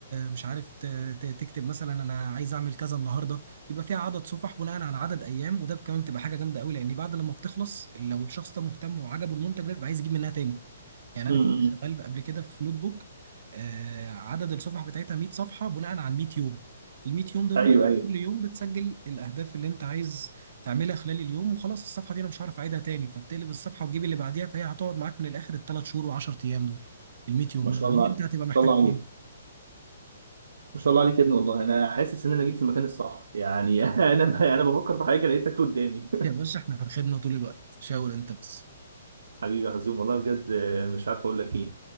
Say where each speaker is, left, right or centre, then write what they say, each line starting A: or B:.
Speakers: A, on the right; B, on the right.
A: مش عارف ت- ت- تكتب مثلا انا عايز اعمل كذا النهارده بيبقى فيها عدد صفح بناء على عدد ايام وده كمان بتبقى حاجه جامده قوي لان بعد لما بتخلص لو الشخص ده مهتم وعجبه المنتج ده بيبقى عايز يجيب منها تاني يعني
B: م-م.
A: انا كنت شغال قبل كده في نوت بوك آه، عدد الصفح بتاعتها 100 صفحه بناء على 100 يوم ال 100 يوم دول
B: ايوه ايوه
A: كل يوم بتسجل الاهداف اللي انت عايز تعملها خلال اليوم وخلاص الصفحه دي انا مش هعرف اعيدها تاني فبتقلب الصفحه وتجيب اللي بعديها فهي هتقعد معاك من الاخر الثلاث شهور و10 ايام دول ال 100 يوم
B: ما
A: اللي
B: شاء
A: بعدين
B: الله
A: انت
B: ما
A: هتبقى محتاج
B: شاء الله
A: تاني
B: عليك ما شاء الله عليك يا ابني والله انا حاسس ان انا جيت في المكان الصح يعني <laughs> انا انا بفكر في حاجه لقيتك قدامي
A: يا باشا احنا في الخدمه طول الوقت شاور انت بس
B: <laughs> حبيبي يا حزوم والله بجد آه، مش عارف اقول لك ايه